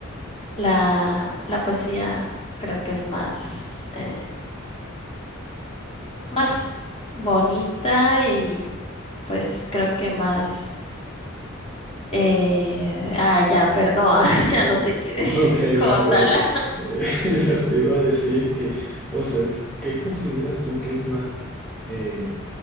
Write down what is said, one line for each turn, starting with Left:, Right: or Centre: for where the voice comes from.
Left: La, la poesía creo que es más, eh, más bonita y pues creo que más... eh, ah, ya, perdón, <laughs> ya no sé qué decir,
Centre: Ok,
Left: córtala.
Centre: no, amor. <laughs> Eso te iba a decir que, o sea, ¿qué qué consideras tú que es más eh,